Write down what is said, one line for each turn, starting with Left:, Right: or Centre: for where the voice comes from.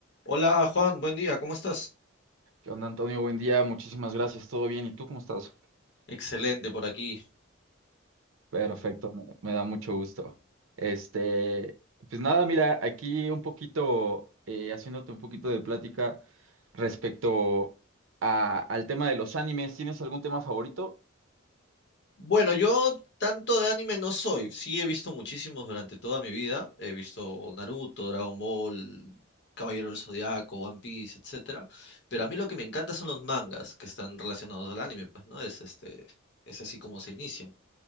Left: Hola Juan, buen día, ¿cómo estás?
Right: ¿Qué onda, Antonio? Buen día, muchísimas gracias. ¿Todo bien? ¿Y tú cómo estás?
Left: Excelente por aquí.
Right: Perfecto, me, me da mucho gusto. Este, pues nada, mira, aquí un poquito, eh, haciéndote un poquito de plática respecto a- al tema de los animes. ¿Tienes algún tema favorito?
Left: Bueno, yo tanto de anime no soy, sí he visto muchísimos durante toda mi vida, he visto Naruto, Dragon Ball, Caballero del Zodiaco, One Piece, etcétera, pero a mí lo que me encanta son los mangas que están relacionados al anime, pues no es este, es así como se inician.